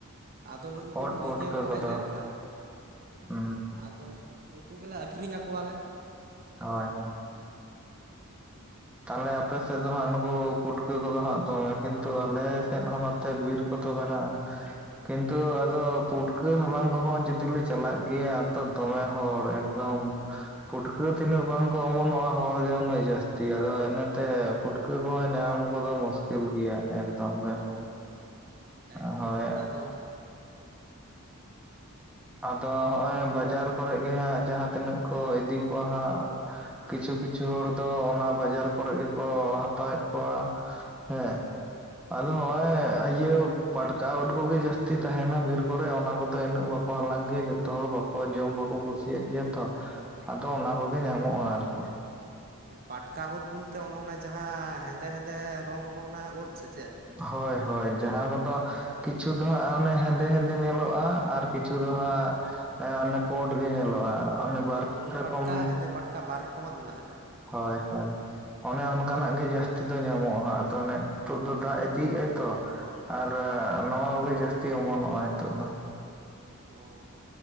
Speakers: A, on the right; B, in the centre.
A: ᱟᱫᱚ ᱱᱩᱝᱠᱩ
B: ᱳᱫ ᱯᱩᱴᱠᱟᱹ
A: ᱤᱭᱟᱹ ᱠᱚ
B: ᱠᱚᱫᱚ
A: ᱦᱮᱡ ᱞᱮᱱᱠᱷᱟᱱ
B: ᱦᱩᱸ
A: ᱟᱫᱚ ᱩᱱᱠᱩ ᱜᱮᱞᱮ ᱟᱹᱠᱷᱨᱤᱧ ᱟᱠᱚᱣᱟᱞᱮ
B: ᱦᱳᱭ ᱛᱟᱦᱚᱞᱮ ᱟᱯᱮ ᱥᱮᱫ ᱫᱚ ᱦᱟᱸᱜ ᱱᱩᱠᱩ ᱯᱷᱩᱴᱠᱟᱹ ᱠᱚᱫᱚ ᱦᱟᱸᱜ ᱫᱚᱢᱮ ᱠᱤᱱᱛᱩ ᱟᱞᱮ ᱥᱮᱫ ᱦᱚᱸ ᱱᱚᱛᱮ ᱵᱤᱨ ᱠᱚᱫᱚ ᱢᱮᱱᱟᱜᱼᱟ ᱠᱤᱱᱛᱩ ᱟᱫᱚ ᱯᱩᱴᱠᱟᱹ ᱦᱟᱞᱟᱝ ᱠᱚᱦᱚᱸ ᱡᱩᱫᱤ ᱞᱮ ᱪᱟᱞᱟᱜ ᱜᱮᱭᱟ ᱟᱫᱚ ᱫᱚᱢᱮ ᱦᱚᱲ ᱮᱠᱫᱚᱢ ᱯᱷᱩᱴᱠᱟᱹ ᱛᱤᱱᱟᱹᱜ ᱵᱟᱝᱠᱚ ᱚᱢᱚᱱᱚᱜᱼᱟ ᱦᱚᱲ ᱜᱮ ᱩᱱᱟᱹᱜ ᱡᱟᱹᱥᱛᱤ ᱛᱤ ᱟᱫᱚ ᱤᱱᱟᱹᱛᱮ ᱯᱷᱩᱴᱠᱟᱹ ᱠᱚᱦᱚᱸ ᱧᱟᱢ ᱠᱚᱫᱚ ᱢᱩᱥᱠᱤᱞ ᱜᱮᱭᱟ ᱮᱠᱫᱚᱢ ᱜᱮ
A: ᱦᱳᱭ ᱦᱳᱭ ᱮᱠᱫᱚᱢ
B: ᱦᱳᱭ
A: ᱚᱱᱟ ᱫᱚ
B: ᱟᱫᱚ ᱦᱚᱜᱼᱚᱭ ᱵᱟᱡᱟᱨ ᱠᱚᱨᱮ ᱜᱮ ᱦᱟᱸᱜ ᱡᱟᱦᱟᱸ ᱛᱤᱱᱟᱹᱜ ᱠᱚ ᱤᱫᱤ ᱠᱚᱣᱟ ᱦᱟᱸᱜ ᱠᱤᱪᱷᱩ ᱠᱤᱪᱷᱩ ᱦᱚᱲ ᱫᱚ ᱚᱱᱟ ᱵᱟᱡᱟᱨ ᱠᱚᱨᱮᱜ ᱜᱮᱠᱚ ᱦᱟᱛᱟᱣᱮᱫ ᱠᱚᱣᱟ᱾ ᱦᱮᱸ ᱟᱫᱚ ᱦᱚᱸᱜᱼᱚᱭ ᱤᱭᱟᱹ ᱯᱟᱴᱠᱟ ᱩᱰᱠᱩ ᱜᱤ ᱡᱟᱹᱥᱛᱤ ᱛᱟᱦᱮᱱᱟ ᱵᱤᱨ ᱠᱚᱨᱮ ᱚᱱᱟ ᱠᱚᱫᱮ ᱤᱱᱟᱹᱜ ᱵᱟᱯ ᱠᱚ ᱦᱟᱞᱟᱝ ᱜᱮᱭᱟ ᱡᱚᱛᱚ ᱦᱚᱲ ᱵᱟᱠᱚ ᱡᱚᱢ ᱵᱟᱠᱚ ᱠᱩᱥᱤᱭᱟᱜ ᱜᱮᱭᱟ ᱛᱚ
A: ᱦᱳᱭ
B: ᱟᱫᱚ ᱚᱱᱟ ᱜᱤ ᱧᱟᱢᱚᱜᱼᱟ ᱟᱨᱠᱤ᱾
A: ᱯᱟᱴᱠᱟ ᱩᱫ ᱵᱩᱞᱛᱮ ᱚᱱᱚ ᱚᱱᱟ ᱡᱟᱦᱟᱸ ᱦᱮᱸᱫᱮ ᱦᱮᱸᱫᱮ ᱨᱚᱝ ᱚᱱᱚ ᱚᱱᱟ ᱩᱫ ᱥᱮᱪᱮᱫ?
B: ᱦᱚᱭ ᱦᱚᱭ ᱡᱟᱦᱟᱸ ᱠᱚᱫᱚ ᱠᱤᱪᱷᱩ ᱫᱚ ᱦᱟᱸᱜ ᱚᱱᱮ ᱦᱮᱸᱫᱮ ᱦᱮᱸᱫᱮ ᱧᱮᱞᱚᱜ ᱵᱟᱜ ᱟᱨ ᱠᱤᱪᱷᱩ ᱫᱚ ᱦᱟᱸᱜ ᱮᱸ ᱚᱱᱮ ᱯᱳᱴ ᱜᱤ ᱧᱮᱞᱚᱜᱼᱟ᱾ ᱚᱱᱮ ᱵᱟᱨ
A: ᱦᱳᱭ ᱯᱩᱸᱰ
B: ᱯᱮ
A: ᱯᱟᱴᱠᱟ
B: ᱨᱚᱠᱚᱢ
A: ᱦᱮᱸᱫᱮ ᱯᱟᱴᱠᱟ ᱵᱟᱨ ᱨᱚᱠᱚᱢᱟᱜ ᱢᱮᱱᱟᱜ ᱟᱠᱟᱜᱼᱟ᱾
B: ᱦᱚᱭ ᱦᱚᱭ ᱚᱱᱮ ᱚᱱᱠᱟᱱᱟᱜ ᱜᱤ ᱡᱟᱹᱥᱛᱤ ᱫᱚ ᱧᱟᱢᱚᱜᱼᱟ ᱦᱟᱸᱜ ᱟᱫᱚ ᱚᱱᱮ ᱛᱩᱜ ᱫᱚ ᱫᱟᱜ ᱤᱫᱤᱭᱮᱜᱼᱟᱭ ᱛᱚ ᱟᱨ ᱱᱚᱣᱟ ᱠᱚᱜᱤ ᱡᱟᱹᱥᱛᱤ ᱚᱢᱚᱱᱚᱜᱼᱟ ᱱᱤᱛᱚᱜ ᱫᱚ᱾
A: ᱚ